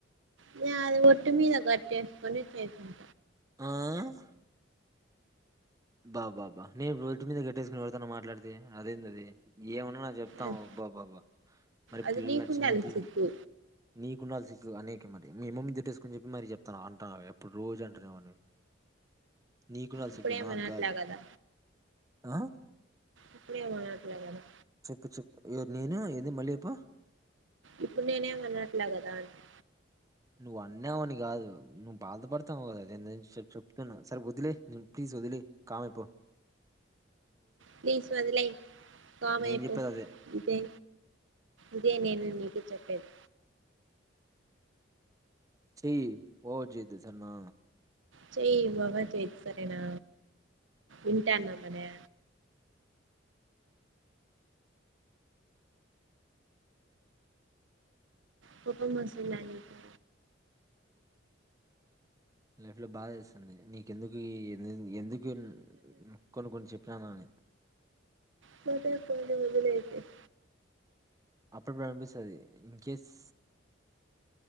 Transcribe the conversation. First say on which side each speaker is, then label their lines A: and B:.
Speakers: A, on the right (about 80°); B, on the right (about 20°).
A: నే అది ఒట్టు మీద గట్టు వేసుకొని చేసిన్
B: ఆహ్ బా బా బ నేను ఒట్టు మీద గట్టేసుకుని ఎవరితోనా మాట్లాడితే అదేందది ఏమ న చెప్తాం
A: అది
B: బబ్బబ్బ మరి
A: అది
B: పిల్ల
A: నీకుండాలి
B: చిన్న పిల్ల
A: సిగ్గు
B: నీకు ఉండాలి సిగ్గు అనేకి మరి మీ అమ్మ మీద ఒట్టేసు కొని చెప్పి మరి చెప్తనావ్ అంటానవే, ఎప్పుడు రోజు అంటానేవని. నీకుండాలి
A: ఇప్పుడేమనట్లా
B: సిగ్గు నాక్గాదు
A: కదా
B: ఆ
A: ఇప్పుడే మాట్లాగదా
B: చెప్పు చెప్పు ఎవరు నేనా ఏంది మళ్లీ యెప్పు
A: ఇప్పుడు నేనేమనట్లా కదా అంటి
B: నువ్వు అన్నావని కాదు నువ్వు బాధపడతావు దాని గురించి చెప్తున్నావు సరే వదిలి ప్లీజ్ వదిలి కామైపో
A: ప్లీజ్ వదిలెయి కామైపో
B: నేను చెప్పేది అదే
A: ఇదే ఇదే నేను నీకు చెప్పేది.
B: సి ఓవర్ చేయదు సర్నా
A: చెయి ఓవర్ చేయదు సరేనా ఉంటన్న మరే కోపం వస్తుందా నీకు
B: లైఫ్లో బాదేస్తుంది. నీక్ ఎందుకు ఎందుకు కొన్ని కొన్ని చె ప్రాణాన్ని
A: పోతే పోనీ వదిలేసేయ్
B: అప్పుడు ప్రారంభిస్తది ఇంకేస్